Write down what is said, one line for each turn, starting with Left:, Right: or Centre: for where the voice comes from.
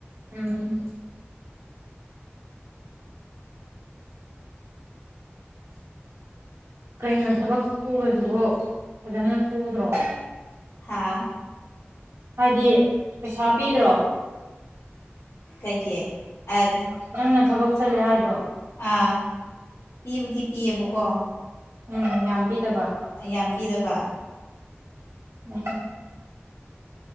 Right: ꯎꯝ ꯀꯩꯅꯣ ꯊꯕꯛ ꯁꯨꯕꯁꯤꯕꯨ ꯐꯖꯅ ꯁꯨꯗ꯭ꯔꯣ
Left: ꯍꯥꯥ
Right: ꯍꯥꯏꯗꯤ ꯄꯩꯁꯥ ꯄꯤꯗ꯭ꯔꯣ
Left: ꯀꯩꯒꯤ ꯑ
Right: ꯅꯪꯅ ꯊꯕꯛ ꯆꯠꯂꯦ ꯍꯥꯏꯗꯣ
Left: ꯑꯥ ꯄꯤꯕꯨꯗꯤ ꯄꯤꯌꯦꯕꯀꯣ
Right: ꯎꯝ ꯌꯥꯝ ꯄꯤꯗꯕ
Left: ꯌꯥꯝ ꯄꯤꯗꯕ
Right: ꯎꯝ